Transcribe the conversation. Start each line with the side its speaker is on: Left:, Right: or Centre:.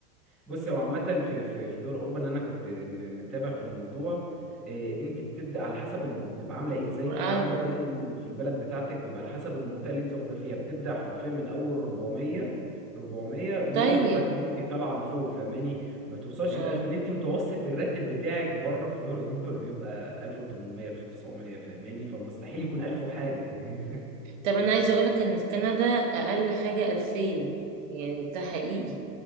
Centre: بص هو عامة في في في دول أوروبا إن أنا كنت م- متابع في الموضوع إيه، أنت بتبدأ على حسب الم... بيبقى عاملة إيه زي
Right: أيوة
Centre: كده عندنا في البلد بتاعتك بيبقى على حسب المنطقة اللي أنت واخدة فيها بتبدأ حرفيا من أول 400 400 يورو
Right: طيب
Centre: لحد وأنت طالعة لفوق فاهماني ما بتوصلش
Right: اه
Centre: ل 1000 إن أنت متوسط الراتب بتاعك بره في دول أوروبا بيبقى 1800 1900 فاهماني فمستحيل يكون 1000 وحاجة يعني
Right: طب انا عايزه اقولك ان في كندا اقل حاجه 2000 يعني ده حقيقي